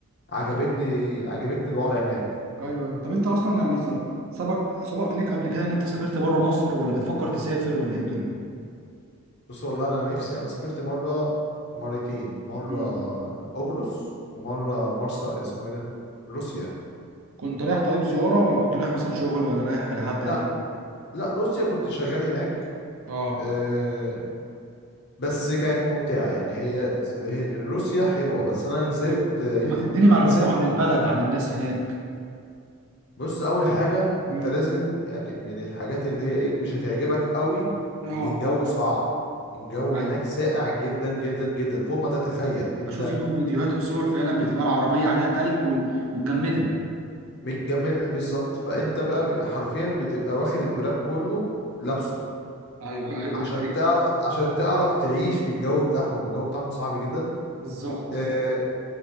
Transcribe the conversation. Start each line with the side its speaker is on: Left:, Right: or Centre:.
Left: عجبتني عجبتني الوضع هناك
Right: ايوه أيوة. طب انت اصلا يعني س- سبق سبق ليك قبل كده ان انت سافرت بره مصر ولا بتفكر تسافر ولا ايه الدنيا
Left: بص والله انا نفسي انا سافرت مره مرتين مره
Right: مم.
Left: قبرص ومره مرسى اسمه ايه ده روسيا
Right: كنت رايح طيب زياره ولا كنت رايح مثلا شغل ولا رايح لحد
Left: لا
Right: قريب
Left: لا روسيا كنت شغال هناك
Right: اه
Left: آه، بس كانت ممتعه يعني هي هي- روسيا حلوه بس انا نزلت
Right: طب
Left: آه،
Right: ما تديني معلومات
Left: نزلت
Right: طبعا عن البلد عن الناس هناك
Left: بص اول حاجه
Right: مم.
Left: انت لازم يعني من الحاجات اللي هي ايه مش هتعجبك قوي
Right: اه
Left: ان الجو صعب الجو
Right: ايوه
Left: هناك ساقع جدا جدا جدا فوق ما تتخيل انت
Right: بشوف لهم فيديوهات وصور فعلا بتبقى العربيه عليها تلج وال- ومجمده
Left: متجمد بالظبط فانت بقى حرفيا بتبقى واخد الدولاب كله لابسه
Right: ايوه ايوه
Left: عشان
Right: ده حقيقي
Left: تعرف عشان تعرف تعيش في الجو بتاعهم الجو بتاعهم صعب جدا
Right: بالظبط
Left: آه،